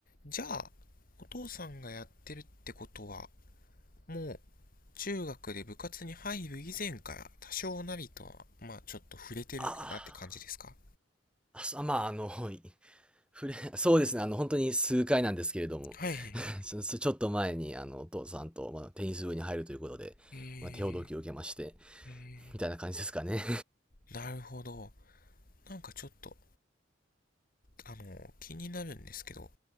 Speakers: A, on the left; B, in the centre.
A: じゃあ、お父さんがやってるってことは、もう、中学で部活に入る以前から多少なりとは、まあちょっと触れてるかなって感じですか
B: あーあ、あそまあ、あの、い触れ、そうですね、あの、本当に数回なんですけれども、
A: はいはいはい。
B: <laughs> ちょちょっと前に、あの、お父さんと、まあ、テニス部に入るということで、
A: えー、
B: まあ、手ほどきを受けまして、
A: え
B: みたいな感じですかね。
A: ー、なるほど。なんかちょっとあの、気になるんですけど、